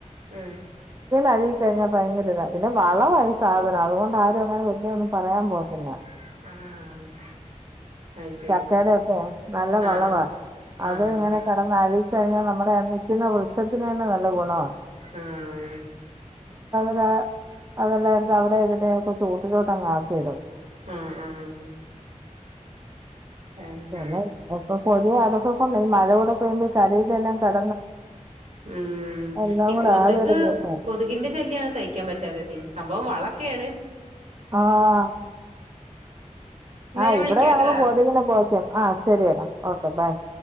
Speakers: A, on the right; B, on the right.
A: ഉം
B: അഴ്കികഴിഞ്ഞാ ഭയങ്കര താ പിന്നെ വളവാ ഈ സാധനം അത്കൊണ്ട് ആരും അങ്ങനെ വെർതെ ഒന്നും പറയാം പോകത്തില്ലാ
A: ആഹ് ആഹ് അത് ശരി
B: ചക്കേടെ ഒക്കേ നല്ല
A: ആഹ്
B: വളവാ
A: ആഹ്
B: അത്
A: ആഹ്
B: ങ്ങനെ കെടന്നളി ച്ച് കഴിഞ്ഞാ നമ്മളെ നിക്ക്ന്ന വൃക്ഷത്തിന് തന്നെ നല്ല ഗുണാ
A: ആഹ്
B: താ അതെല്ലാര്തും അവ്ടെ ഏത് <unintelligible> ചോട്ടിലോട്ടങ്ങ് ആക്കിയിടും
A: ആഹ് ആഹ് അങ്ങനെ
B: <unintelligible> അപ്പൊ പതിയെ അതൊക്കെ ല്ല ഈ മഴോടൊപ്പം ഈ കരിയിലെല്ലാം ക
A: ഊം
B: എല്ലാം
A: ഈ
B: കൂടെ
A: കൊത്ക്
B: ആകെ ഒരു പ്രശ്നം
A: കൊത്കിന്റെ ശല്ല്യാണ് സഹിക്കാൻ പറ്റാത്തത് സംഭവം വള ക്കേണ്
B: ആഹ്
A: എന്നാ
B: ആഹ്
A: ഞാൻ
B: ഇവ്ടെ
A: വിളിക്കാട്രാ
B: ഞങ്ങള് കൊത്കിനെ പോകയ്ക്കും ആഹ് ശെരിയെടാ ഓക്ക ബായ്